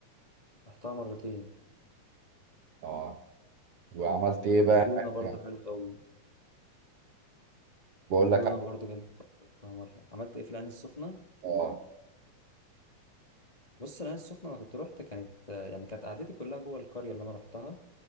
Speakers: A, on the left; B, on the right.
A: رحتها مرتين
B: اه وعملت ايه بقى
A: والجونه
B: هناك؟
A: برضو حلو قوي
B: بقول
A: الجونه
B: لك
A: برضو جميله رحتها مره عملت ايه في العين السخنه
B: اه
A: بص العين السخنه انا كنت رحت كانت آه، يعني كانت قعدتي كلها جوه القريه اللي انا رحتها